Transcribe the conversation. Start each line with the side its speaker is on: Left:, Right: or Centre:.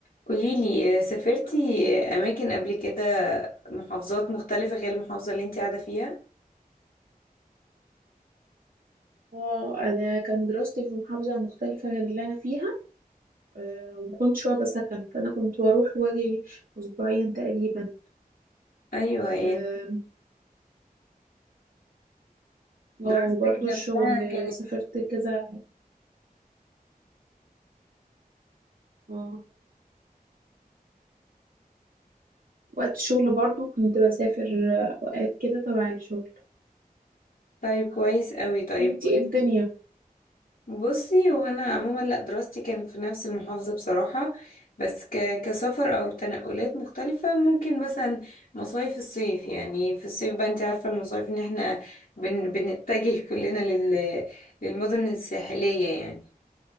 Left: قوليلي آه، سافرتي آه، أماكن قبل كده محافظات مختلفة غير المحافظة اللي انتي قاعدة فيها؟
Right: اه انا كان دراستي في محافظه مختلفه غير اللي انا فيها أه ومكنتش واخده سكن فانا كنت بروح واجي اسبوعيا تقريبا
Left: أيوة يعني
Right: اه
Left: دراستك
Right: آه، وبرضه
Left: نفسها
Right: الشغل
Left: كانت
Right: سافرت كذا اه وقت الشغل برضه كنت بسافر آه، اوقات كده تبع الشغل
Left: طيب كويس قوي طيب
Right: انتي
Left: قوليلي
Right: ايه الدنيا
Left: بصي هو أنا عموما لأ دراستي كانت في نفس المحافظة بصراحة بس ك... كسفر أو تنقلات مختلفة ممكن مثلا مصايف الصيف يعني في الصيف بقى انتي عارفة المصايف ان احنا بن... بنتجه كلنا لل... للمدن الساحلية يعني